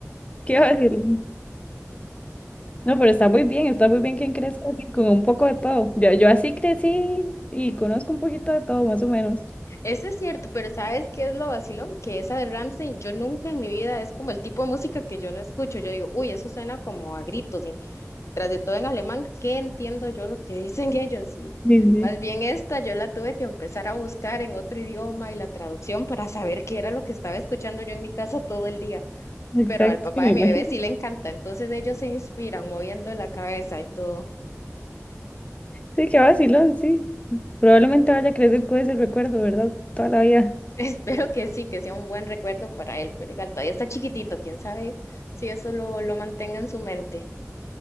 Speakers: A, on the left (about 25°); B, on the left (about 60°).
A: Qué vacilo. No, pero está muy bien, está muy bien que crezca así, con un poco de todo. Yo, yo así crecí y conozco un poquito de todo, más o menos.
B: Eso es cierto, pero ¿sabes qué es lo vacilón? Que esa de Rammstein, yo nunca en mi vida es como el tipo de música que yo no escucho. Yo digo, uy, eso suena como a gritos, tras de todo en alemán, ¿qué entiendo yo lo que <laughs> dicen ellos? Y
A: Sí, sí.
B: más bien esta, yo la tuve que empezar a buscar en otro idioma y la traducción para saber qué era lo que estaba escuchando yo en mi casa todo el día.
A: Exacto,
B: Pero al papá
A: sí, me
B: de mi
A: imagino.
B: bebé sí le encanta, entonces ellos se inspiran moviendo la cabeza y todo.
A: Sí, qué vacilón, sí. Probablemente vaya a crecer con ese recuerdo, ¿verdad? Toda la vida.
B: <laughs> Espero que sí, que sea un buen recuerdo para él, pero igual todavía está chiquitito, quién sabe si eso lo, lo mantenga en su mente.